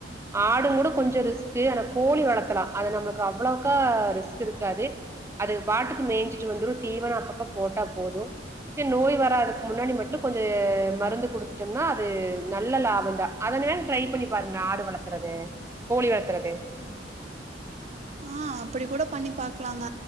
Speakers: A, on the right (about 15°); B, on the right (about 40°).
A: ஆடுங்கூட கொஞ்ச ரிஸ்கு ஆனா கோழி வளத்தலா அது நம்மளுக்கு அவ்ளவுக்கா ரிஸ்க் இருக்காது அது பாட்டுக்கு மேஞ்சிட்டு வந்துரு தீவனோ அப்பப்ப போட்டா போது ஏ நோய் வராதுக்கு முன்னாடி மட்டு கொஞ்ச மருந்து குடு குடுத்துட்டம்ன்னா அது நல்ல லாபந்தா அத <unintelligible> வேண் ட்ரை பண்ணி பாருங்க ஆடு வளத் தறது கோழி வளத்தறது
B: ஆ அப்படி கூட பண்ணி பாக்கலாங்க